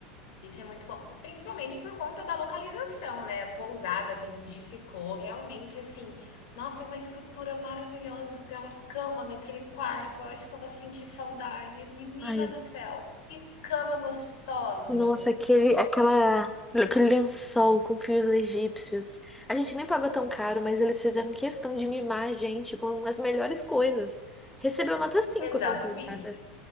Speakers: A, on the left (about 65°); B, in the centre.
A: Isso é muito bom, principalmente por conta da localização, né? A pousada que a gente ficou, realmente assim, nossa, é uma estrutura maravilhosa, aquela cama daquele quarto. Eu acho que eu vou sentir saudade. Menina
B: Ai,
A: do céu, que cama gostosa!
B: nossa, aquele, aquela, aquele lençol com fios egípcios. A gente nem pagou tão caro, mas eles fizeram questão de mimar a gente com as melhores coisas. Recebeu nota cinco
A: Exatamente.
B: aquela pousada.